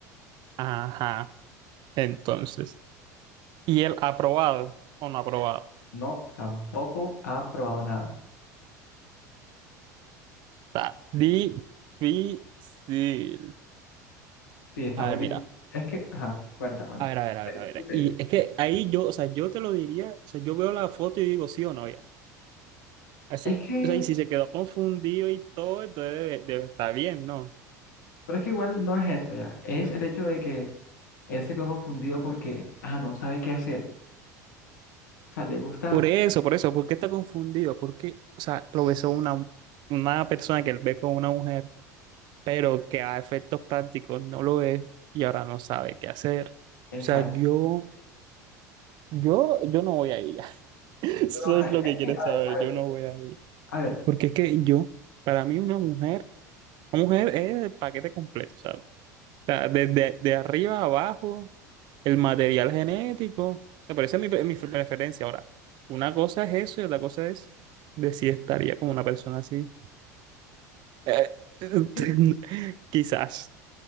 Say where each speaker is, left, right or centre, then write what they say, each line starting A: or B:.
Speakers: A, on the right; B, on the left.
A: Ajá. Entonces, ¿y el aprobado o no aprobado?
B: No, tampoco ha probado nada.
A: Está difícil.
B: Sí, está
A: A
B: muy
A: ver,
B: difícil.
A: mira.
B: Es que, ajá, cuenta, cuenta.
A: A ver, a ver, a
B: Ok,
A: ver, a ver.
B: ok.
A: Y es que ahí yo, o sea, yo te lo diría, o sea, yo veo la foto y digo sí o no, ya. Así,
B: Es que
A: o sea, y si se quedó confundido y todo, entonces debe, debe estar bien, ¿no?
B: Pero es que igual no es eso ya. Es el hecho de que él se quedó confundido porque, ajá, no sabe qué hacer. O sea, le gusta.
A: Por eso, por eso, ¿por qué está confundido? Porque, o sea, lo besó una, una persona que él ve con una mujer, pero que a efectos prácticos no lo es y ahora no sabe qué hacer. O
B: Exacto.
A: sea, yo Yo, yo no voy a ella. <laughs> Eso
B: Pero, ajá,
A: es
B: es
A: lo que
B: que,
A: quieren
B: a
A: saber.
B: ver, a ver,
A: Yo no voy a ella.
B: a ver.
A: Porque es que yo, para mí, una mujer, una mujer es el paquete completo, ¿sabes? O sea, desde de arriba a abajo, el material genético. O sea, pero esa es mi, pre- mi preferencia. Ahora, una cosa es eso y otra cosa es de si estaría con una persona así. Eh, <laughs>
B: Es que,
A: quizás.